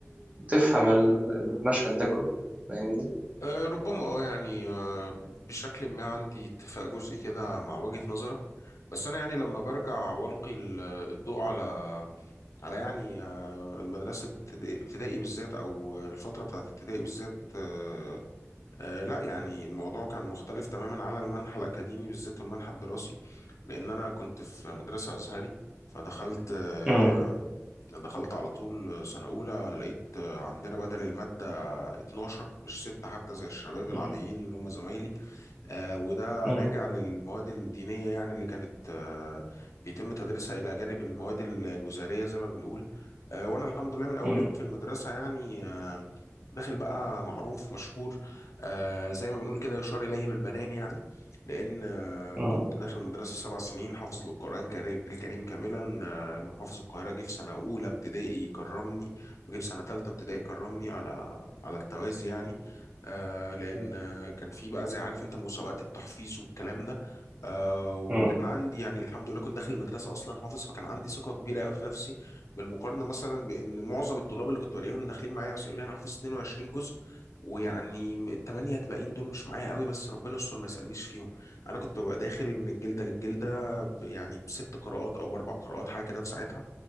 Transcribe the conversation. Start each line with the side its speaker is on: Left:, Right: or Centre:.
Right: وتفهم ال- المشهد ده كله فاهمني؟
Left: آه، ربما اه يعني آه، بشكل ما عندي اتفاق جزئي كده مع وجهة نظرك بس انا يعني لما برجع والقي ال- الضوء على على يعني آه، مدرسة ابتدائي ابتدائي بالذات أو الفترة بتاعت ابتدائي بالذات آه، آه، لا يعني الموضوع كان مختلف تماما على المنحى الأكاديمي بالذات والمنحى الدراسي لأن أنا كنت في مدرسة أزهري فدخلت آه،
Right: مم.
Left: دخلت على طول سنة أولى لقيت آه، عندنا بدل المادة 12 مش 6 حتى زي الشباب العاديين
Right: مم.
Left: اللي هم زمايلي آه، وده
Right: مم.
Left: راجع للمواد الدينية يعني اللي كانت آه، بيتم تدريسها إلى جانب المواد ال- الوزارية زي ما بنقول آه، وأنا الحمد لله من أول
Right: مم.
Left: يوم في المدرسة يعني آه، داخل بقى معروف مشهور آه، زي ما بنقول كده يشار إليه بالبنان يعني لأن آه،
Right: مم.
Left: كنت داخل المدرسة سبع سنين حافظ القرآن كري- الكريم كاملا آه، المحافظ القاهرة جه في سنة أولى ابتدائي كرمني وجه في سنة تالتة ابتدائي كرمني على على التوازي يعني آه، لأن
Right: مم.
Left: آه، كان في بقى زي عارف انت مسابقات التحفيظ والكلام ده آه، وكان
Right: مم.
Left: عندي يعني الحمد لله كنت داخل المدرسه اصلا حافظ فكان عندي ثقه كبيره قوي في نفسي بالمقارنه مثلا بان معظم الطلاب اللي كنت بلاقيهم داخلين معايا مثلا يقول لي انا حافظ 22 جزء ويعني الثمانيه الباقيين دول مش معايا قوي بس ربنا يستر ما يسالنيش فيهم انا كنت ببقى داخل من الجلده للجلده ب- يعني بست قراءات او باربع قراءات حاجه كده في ساعتها